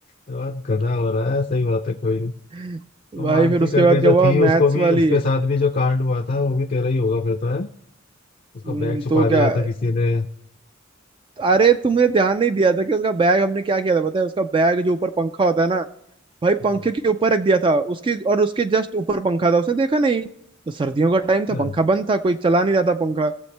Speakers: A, on the left; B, on the right.
A: बहुत गधा हो रहा है सही बात है कोई नहीं
B: <laughs>
A: तो
B: भाई
A: मानसी
B: फिर उसके
A: करके
B: बाद क्या
A: जो
B: हुआ
A: थी उसको
B: मैथ्स
A: भी
B: वाली
A: उसके साथ भी जो कांड हुआ था वो भी तेरा ही होगा फिर तो है उसका
B: हम्म,
A: बैग छुपा
B: तो
A: दिया
B: क्या
A: था किसी ने
B: अरे तुमने ध्यान नहीं दिया था कि उसका बैग हमने क्या किया था पता है उसका बैग जो ऊपर पंखा होता है ना भाई
A: अच्छा
B: पंखे के ऊपर रख दिया था उसके और उसके जस्ट ऊपर पंखा था उसने देखा नहीं तो सर्दियों का टाइम था
A: हाँ
B: पंखा बंद था कोई चला नहीं रहा था पंखा